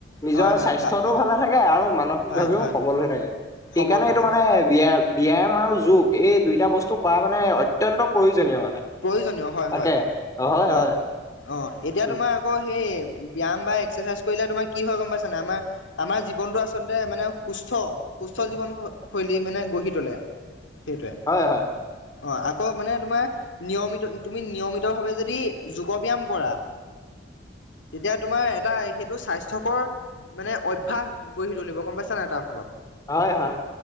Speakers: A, on the left; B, on the left.
A: নিজৰ
B: হয় হয় হয়
A: স্বাস্থ্যটোও
B: ভাল ভাল
A: ভালে থাকে আৰু মানসিকভাৱেও
B: ভাল হয়
A: সবল হৈ থাকে
B: সবল
A: সেইকাৰণে
B: হৈ
A: এইটো
B: থাকে
A: মানে ব্যায়া ব্যায়াম আৰু যোগ এই দুইটা বস্তু কৰা মানে অত্যন্ত প্ৰয়োজনীয় মানে
B: প্ৰয়োজনীয় হয়
A: তাকে
B: হয়
A: হয়
B: অ
A: হয়
B: অ এতিয়া
A: উ
B: তোমাৰ আকৌ সেই ব্যায়াম বা এক্সাৰচাইজ কৰিলে তোমাৰ কি হয় গম পাইছা নাই আমাৰ আমাৰ জীৱনটো আচলতে মানে সুস্থ সুস্থ জীৱন শৈলী মানে গঢ়ি তোলে সেইটোৱে
A: হয় হয়
B: অ আকৌ মানে তোমাৰ নিয়মিত, তুমি নিয়মিতভাৱে যদি যোগ ব্যায়াম কৰা। তেতিয়া তোমাৰ এটা সেইটো স্বাস্থ্যকৰ মানে অভ্যাস গঢ়ি তুলিব, গম পাইছা নাই তাৰ ফলত
A: হয়, হয়।